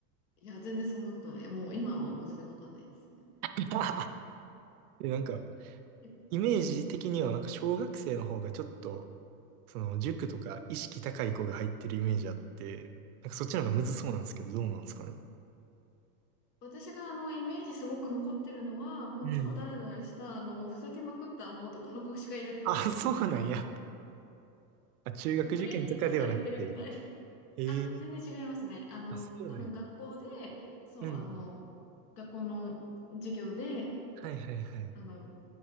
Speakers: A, on the left; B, on the right.
A: いや、全然そんなことない。もう、今はもう全然わかんないですね。
B: <laughs> で、なんか、
A: え
B: イメージ的には、なんか小学生の方がちょっと、その塾とか意識高い子が入ってるイメージあって、
A: うん
B: なんかそっちの方がむずそうなんですけど、
A: い
B: どうなんですかね。
A: 私が、あの、イメージすごく残ってるのは、もう超ダラダラした、
B: うん。
A: あの、ふざけまくったあの男の子しかいなかった。
B: あ、そうなんや。あ、中学受験とかではなくて。
A: もう、親に生かされてるみたい。
B: ええ
A: あ、全然違いますね。あの、
B: あ、そうなんや。
A: 多分学校で、そう、
B: うん。
A: あの、学校の授業で、
B: はいはいはい。
A: あの、